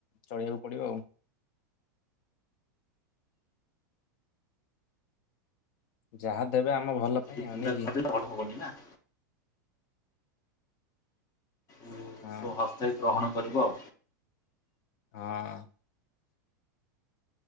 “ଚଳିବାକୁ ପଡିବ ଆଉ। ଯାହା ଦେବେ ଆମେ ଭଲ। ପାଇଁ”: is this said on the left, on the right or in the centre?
Left